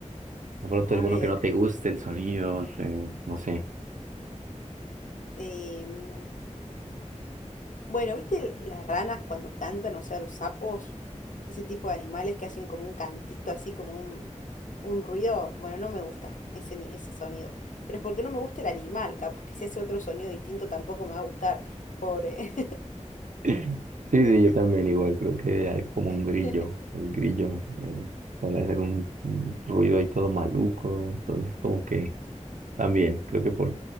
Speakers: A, on the right; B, on the left.
A: De pronto
B: a
A: alguno
B: ver.
A: que no te guste el sonido, que- no sé.
B: em, Bueno, ¿viste l- las ranas cuando cantan, o sea, los sapos? Ese tipo de animales que hacen como un cantito, así como un, un ruido. Bueno, no me gusta ese, ni- ese sonido. Pero es porque no me gusta el animal. Capaz que si hace otro sonido distinto tampoco me va a gustar. Pobre.
A: <laughs> Sí, sí, yo también igual, creo que algo como un
B: <laughs>
A: grillo. El grillo eh, suele hacer un, un ruido ahí todo maluco, entonces como que también, creo que por